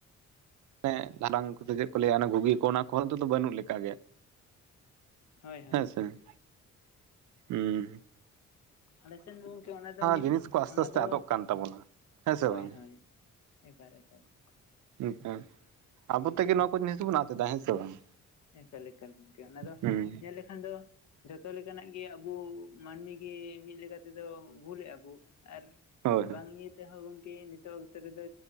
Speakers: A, on the right (about 80°); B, on the left (about 70°).
A: ᱚᱱᱮ ᱫᱷᱟᱲᱟᱱ ᱠᱚᱥᱮ ᱪᱮᱫ ᱠᱚ ᱞᱟᱹᱭᱟ ᱚᱱᱟ ᱜᱷᱩᱜᱤ ᱠᱚ ᱚᱱᱟ ᱠᱚ ᱦᱚᱸ ᱛᱚ ᱱᱤᱛᱚᱜ ᱫᱚ ᱵᱟᱹᱱᱩᱜ ᱞᱮᱠᱟ ᱜᱮ ᱾
B: ᱦᱳᱭ ᱦᱳᱭ
A: ᱦᱮᱸ ᱥᱮ? ᱦᱩᱸ ᱾
B: ᱟᱞᱮ ᱥᱮᱱ ᱫᱚ ᱜᱚᱢᱠᱮ ᱚᱱᱟ ᱫᱚ ᱢᱤᱫ
A: ᱡᱤᱱᱤᱥ ᱠᱚ ᱟᱥᱛᱮ
B: ᱚᱱᱟ
A: ᱟᱥᱛᱮ
B: ᱫᱚ,
A: ᱟᱫᱚᱜ ᱠᱟᱱ ᱛᱟᱵᱚᱱᱟ ᱦᱮᱸ ᱥᱮ
B: ᱦᱳᱭ
A: ᱵᱟᱝ
B: ᱦᱳᱭ ᱾ ᱮᱠᱟᱞ ᱮᱠᱟᱞ ᱾
A: ᱮᱠᱟᱞ ᱟᱵᱩ ᱛᱮᱜᱮ ᱱᱚᱣᱟ ᱠᱚ ᱡᱤᱱᱤᱥ ᱫᱚᱵᱚᱱ ᱟᱫ ᱮᱫᱟ ᱦᱮᱸ ᱥᱮ ᱵᱟᱝ?
B: ᱮᱠᱟᱞ ᱮᱠᱟᱞ ᱜᱚᱝᱠᱮ ᱚᱱᱟ ᱫᱚ
A: ᱦᱩᱸ
B: ᱧᱮᱞ ᱞᱮᱠᱷᱟᱱ ᱫᱚ ᱡᱷᱚᱛᱚ ᱞᱮᱠᱟᱱᱟᱜ ᱜᱮ ᱟᱵᱚ ᱢᱟᱹᱱᱢᱤ ᱜᱮ ᱢᱤᱫ ᱞᱮᱠᱟ ᱛᱮᱫᱚ ᱵᱷᱩᱞᱮᱫ-ᱟ ᱵᱚ ᱟᱨ
A: ᱦᱳᱭ ᱦᱳᱭ
B: ᱵᱟᱝ ᱤᱭᱟᱹ ᱛᱮᱦᱚᱸ ᱜᱚᱝᱠᱮ ᱱᱤᱛᱚᱜ ᱚᱠᱛᱚ ᱨᱮᱫᱚ